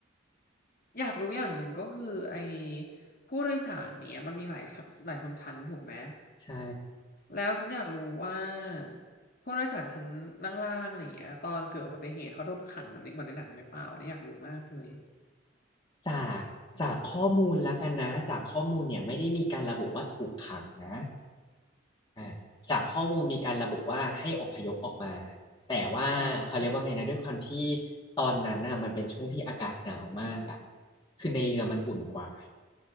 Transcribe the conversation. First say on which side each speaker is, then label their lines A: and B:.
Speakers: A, on the left; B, on the left.
A: อยากรู้อย่างหนึ่งก็คือไอ้ผู้โดยสารเนี่ยมันมีหลายชั้นหลายชนชั้นถูกไหม
B: ใช่
A: แล้วฉันอยากรู้ว่าผู้โดยสารชั้นล่างๆอะไรอย่างเงี้ยตอนเกิดอุบัติเหตุเขาโดนขังเหมือนในเหมือนในหนังหรือเปล่าเนี่ยอยากรู้มากเลย
B: จากจากข้อมูลแล้วกันนะจากข้อมูลเนี่ยไม่ได้มีการระบุว่าถูกขังนะ
A: อืม
B: อ่าจากข้อมูลมีการระบุว่าให้อพยพออกมาแต่ว่าเขาเรียกว่าไงนะด้วยความที่
A: อ่า
B: ตอนนั้นน่ะมันเป็นช่วงที่อากาศหนาวมากอ่ะคือในเรือมันอุ่นกว่า